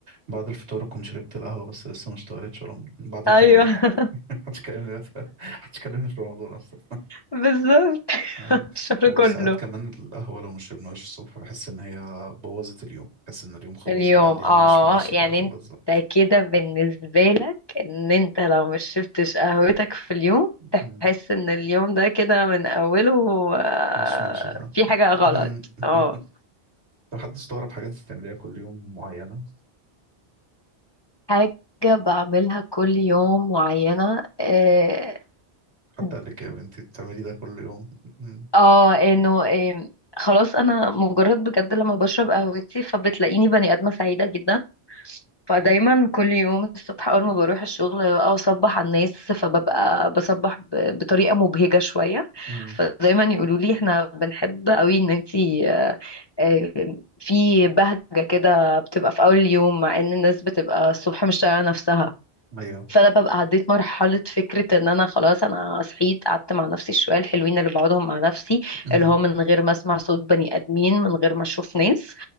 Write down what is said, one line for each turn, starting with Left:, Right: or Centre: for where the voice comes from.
Right: بعد الفطار أكون شربت القهوة بس لسه ما اشتغلتش ولا بعد التراويح
Left: ايوه <laughs>
Right: <laughs> محدش كلمني محدش كلمني في رمضان أصلا
Left: بالظبط
Right: أيوة
Left: <laughs> الشهر
Right: وساعات
Left: كله
Right: كمان القهوة لو ما شربناهاش الصبح بحس إن هي بوظت اليوم بحس إن اليوم خلاص
Left: اليوم
Right: بقى اليوم
Left: اه
Right: مش ماشي
Left: يعني
Right: بقى خلاص
Left: انت
Right: بقى
Left: كده بالنسبة لك ان انت لو مش شربتش قهوتك في اليوم تحس
Right: أمم،
Left: ان اليوم ده كده من اوله آه،
Right: مش ماشي صح
Left: في حاجة غلط
Right: <laughs>
Left: اه
Right: لو حد استغرب حاجة أنت بتعمليها كل يوم معينة
Left: حاجة بعملها كل يوم معينة آه،
Right: حد
Left: مم.
Right: قال لك يا بنتي بتعملي ده كل يوم أمم.
Left: اه انه إيه، خلاص انا مجرد بجد لما بشرب قهوتي فبتلاقيني بني ادمه سعيده جدا فدايما كل يوم الصبح اول ما بروح الشغل بقى اصبح على الناس فببقى بصبح ب- بطريقه مبهجه شويه
Right: أمم.
Left: فدايما يقولوا لي احنا بنحب قوي ان انتي آه، آه، في بهجه كده بتبقى في اول اليوم مع ان الناس بتبقى الصبح مش طايقه نفسها
Right: <laughs> أيوه
Left: فانا ببقى عديت مرحله فكره ان انا خلاص انا صحيت قعدت مع نفسي الشويه الحلوين اللي بقعدهم مع نفسي
Right: أمم.
Left: اللي هو من غير ما اسمع صوت بني ادمين من غير ما اشوف ناس